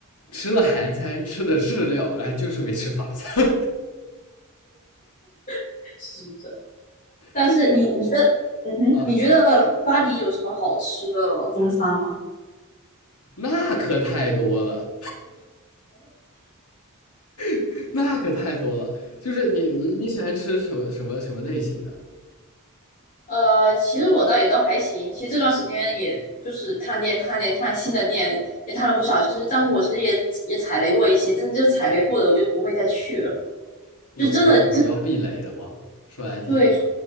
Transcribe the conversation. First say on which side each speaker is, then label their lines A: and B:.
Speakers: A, on the left; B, on the left.
A: 吃了韩餐，吃的日料，然后就是没吃法餐，
B: <laughs> 是的。但是你你觉得，
A: <laughs> 就觉
B: 嗯哼，
A: 得啊，
B: 你觉得巴黎有什么好吃的中餐吗？
A: 那可太多了，<laughs> 那可太多了。就是你你你喜欢吃什么什么什么类型的？
B: 呃，其实我倒也都还行。其实这段时间也就是探店、探店、探新的店，也探了不少。其实，但是我其实也也踩雷过一些，真的就踩雷过的，我就不会再去了。
A: 有有什么要避雷的吗？
B: 就真的就
A: 说来听听。
B: 对，